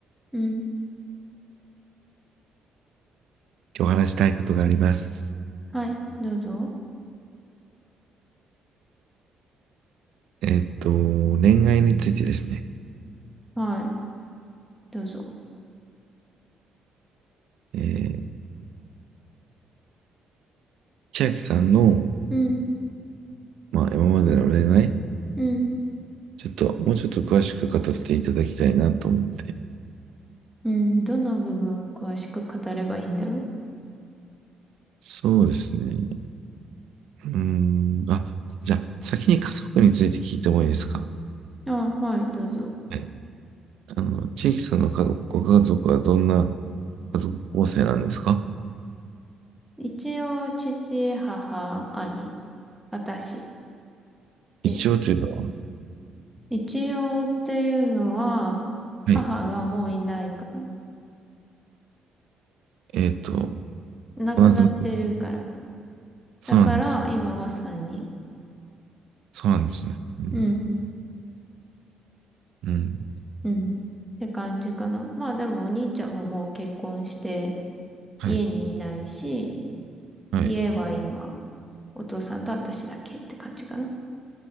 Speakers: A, in the centre; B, on the right.
A: うん。
B: 今日話したいことがあります。
A: はい、どうぞ。
B: えっと、恋愛についてですね。
A: はい、どうぞ。
B: えー、千秋さんの、
A: うん、
B: まあ、今までの恋愛、
A: うん、
B: ちょっと、もうちょっと詳しく語っていただきたいなと思って。
A: うん。どの部分を詳しく語ればいいんだろ
B: そうですね。うーん、あ、じゃあ、先に家族について聞いてもいいですか
A: う。あ、はい、どうぞ。
B: はい。あの、千秋さんの家族、ご家族はどんな家族構成なんですか
A: 一応、父、母、兄、私です。
B: 一応というのは、
A: 一応っていうのは、
B: はい。
A: 母がもういないから。
B: えっと、
A: 亡くなってるから。
B: お亡くなり、そうなんです。
A: だから、今は三人。
B: そうなんですね。うん。
A: うん、
B: うん。
A: うん。って感じかな。まあでもお兄ちゃんももう結婚して、
B: はい。
A: 家にいないし、
B: はい。
A: 家は今、お父さんと私だけって感じかな。